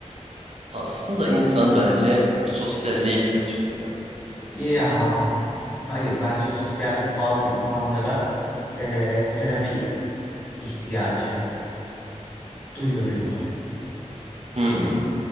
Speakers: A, on the right; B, on the left.
A: Aslında insan bence sosyalliğe ihtiyaç duyuyor.
B: Yaha. Hayır bence sosyallik bazı insanlara eee, terapi ihtiyacı duyuruyor
A: Hmm.